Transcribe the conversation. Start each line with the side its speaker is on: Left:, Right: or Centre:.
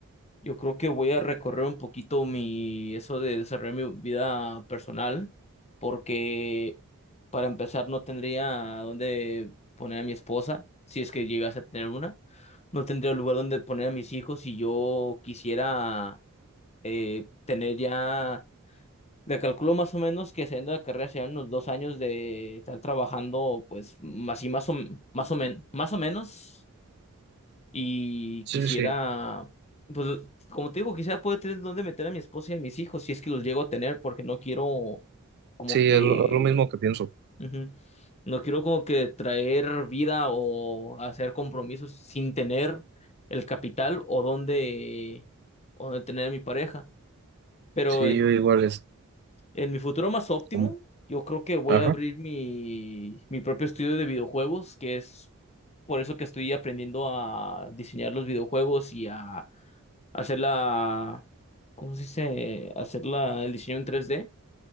Left: yo creo que voy a recorrer un poquito mi, eso de desarrollar mi vida personal, porque para empezar no tendría dónde poner a mi esposa, si es que llegase a tener una, no tendría lugar donde poner a mis hijos si yo quisiera eh, tener ya Le calculo más o menos que saliendo de la carrera serían unos dos años de estar trabajando, pues, así más o, más o, men- más o menos. Y
Right: Sí,
Left: quisiera,
Right: sí, sí,
Left: pues, como te digo, quisiera poder tener dónde meter a mi esposa y a mis hijos, si es que los llego a tener, porque no quiero como
Right: sí,
Left: que,
Right: es lo, lo mismo que pienso.
Left: ujú, no quiero como que traer vida o hacer compromisos sin tener el capital o dónde, o dónde tener a mi pareja. Pero
Right: Sí, yo igual es,
Left: En mi futuro más óptimo,
Right: mm,
Left: yo creo que voy
Right: ajá.
Left: a abrir mi, mi propio estudio de videojuegos, que es por eso que estoy aprendiendo a diseñar los videojuegos y a hacer la, ¿cómo se dice? Hacer la, el diseño en tres d